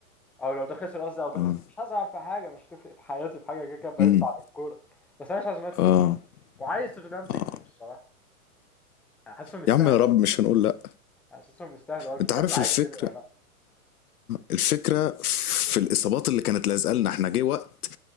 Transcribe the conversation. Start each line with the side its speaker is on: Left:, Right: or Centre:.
Centre: او لو ده خسر قصدي او ده
Left: اه
Centre: خسر مش هزعل في حاجه مش هتفرق في حياتي في حاجه كده كده بعيد
Left: امم
Centre: عن الكوره بس انا مش عايز يونايتد
Left: اه
Centre: تكسب وعايز توتنهام تكسب
Left: اه
Centre: الصراحه انا حاسسهم يستاهلوا
Left: يا عم يا رب مش هنقول لا
Centre: حاسسهم يستاهلوا هو في
Left: انت
Centre: كام
Left: عارف
Centre: لعيب
Left: الفكره
Centre: كده ولا
Left: الفكره في الاصابات اللي كانت لازقه لنا احنا جه وقت